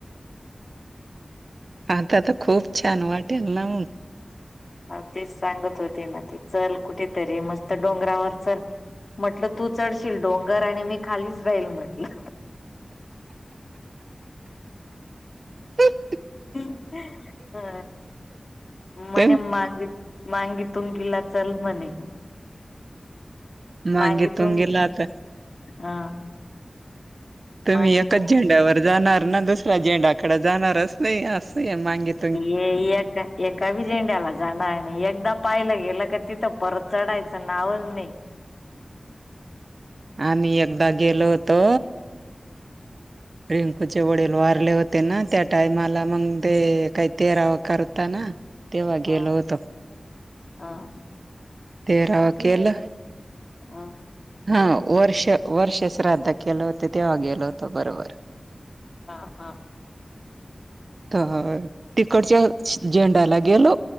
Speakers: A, on the right; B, on the left.
A: आता तर खूप छान वाटेल ना.
B: अ तेच सांगत होती ना ती चल कुठेतरी मस्त डोंगरावर चल. म्हटलं तू चढशील डोंगर आणि मी खालीच राहील म्हटलं.
A: ह <unintelligible>
B: हा मने
A: ते
B: मागे. मांगी तुंगीला चल म्हणे
A: मांगे
B: माांगी
A: तुंगीला
B: तून
A: आता
B: हा..
A: तुम्ही
B: मांगी
A: एकाच
B: तुंग
A: झेंड्यावर जाणार ना दुसऱ्या झेंड्याकडे जाणारच नाही असं मागित
B: ये एका एका बी झेंड्याला जानार नाही आणि एकदा पाहिलं गेलं का तिथं परत चढायचं नावच नाही.
A: हा मी एकदा गेलो होतो. रिंकूचे वडील वारले होते ना. त्या टाइमाला मग ते काय तेराव करता ना तेव्हा गेलो
B: हा
A: होतो.
B: हा.
A: तेराव केल.
B: हा
A: हा वर्ष वर्ष श्राद्ध केलं होत तेव्हा गेल होतं बरोबर.
B: हा हा.
A: तर तिकडच्या झेंड्याला गेलो